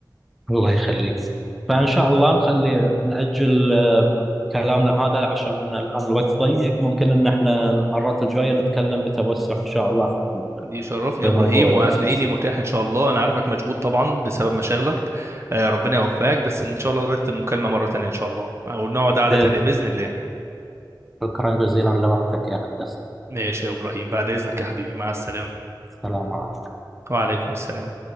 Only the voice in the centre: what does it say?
الله يخليك فان شاء الله نخلي نأجل آه، كلامنا هذا عشان الان الوقت ضيق ممكن ان احنا المرات الجايه نتكلم بتوسع ان شاء الله في
في
موضوع البزنس
بإذن
شكرا جزيلا لوقتك يا هندسة
السلام عليكم